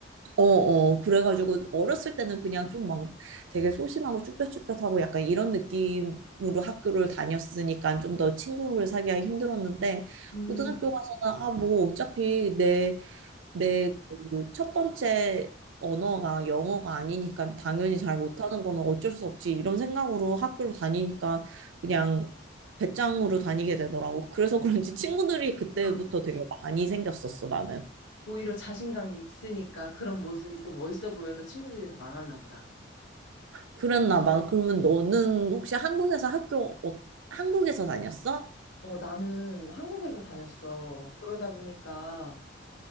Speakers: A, on the right; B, on the left.
A: 어, 어, 그래가지고 어렸을 때는 그냥 좀 막 되게 소심하고 쭈뼛쭈뼛하고 약간 이런 느낌으로 학교를 다녔으니까 좀 더 친구를 사귀기 힘들었는데
B: 음.
A: 고등학교 가서는 아, 뭐 어차피 내, 내 그 첫 번째 언어가 영어가 아니니까 당연히 잘 못하는 거는 어쩔 수 없지 이런 생각으로 학교를 다니니까 그냥 배짱으로 다니게 되더라고. 그래서 그런지 친구들이 그때부터
B: 어.
A: 되게 많이 생겼었어, 나는.
B: 오히려 자신감이 있으니까 그런 모습이 또 멋있어 보여서 친구들이 더 많았나 보다.
A: 그랬나 봐. 그러면 너는 혹시 한국에서 학교, 어- 한국에서 다녔어?
B: 어, 나는 한국에서 다녔어. 그러다 보니까